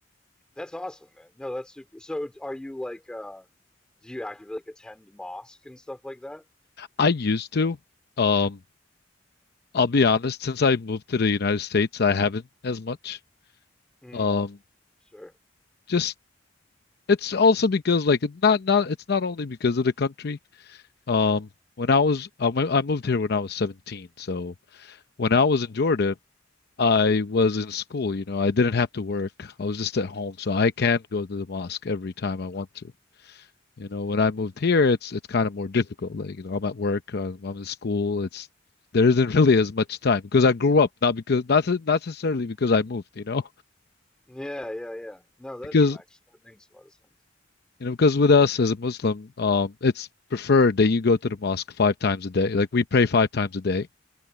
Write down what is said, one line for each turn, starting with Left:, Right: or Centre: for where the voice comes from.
Centre: That's awesome, man. No, that's super. So are you like uh do you actively like attend mosque and stuff like that?
Left: I used to. Um, I'll be honest, since I moved to the United States, I haven't as much.
Centre: Mm,
Left: Um,
Centre: sure.
Left: just it's also because like it not not it's not only because of the country Um, when I was I mo- I moved here when I was 17, so when I was in Jordan, I was in school, you know, I didn't have to work. I was just at home, so I can go to the mosque every time I want to. You know, when I moved here, it's it's kind of more difficult. Like, you know, I'm at work, uh, I'm in school. It's there isn't <laughs> really as much time because I grew up, not because not not necessarily because I moved, you know,
Centre: Yeah, yeah, yeah.
Left: <laughs>
Centre: No, that
Left: because
Centre: tracks. That makes a lot of sense.
Left: you know, because with us as a Muslim, um, it's preferred that you go to the mosque five times a day. Like we pray five times a day